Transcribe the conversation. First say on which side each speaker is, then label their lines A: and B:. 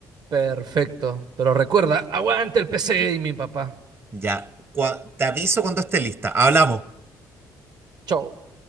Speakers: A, on the right; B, on the right.
A: Perfecto, pero recuerda, aguante el PC gaming, papá.
B: Ya, cua- te aviso cuando esté lista. Hablamos.
A: Chau.